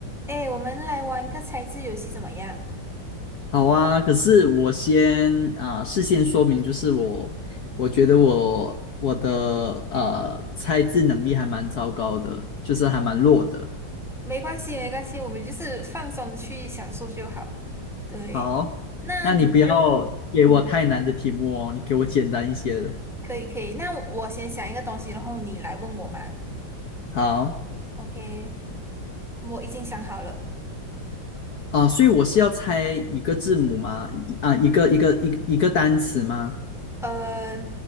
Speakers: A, in the centre; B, on the left.
A: 哎，我们来玩个猜字游戏怎么样？
B: 好啊，可是我先啊、事先说明，就是我我觉得我我的呃猜字能力还蛮糟糕的，就是还蛮弱的。
A: 没关系，没关系，我们就是放松去享受就好。对，
B: 好，
A: 那你就
B: 那你不要给我太难的题目哦，
A: 嗯，
B: 你给我简单一些的。
A: 可以可以。那我我先想一个东西，然后你来问我嘛。
B: 好
A: OK，我已经想好了。
B: 啊、所以我是要猜一个字母吗？一啊、一个一个一个一个单词吗
A: 呃，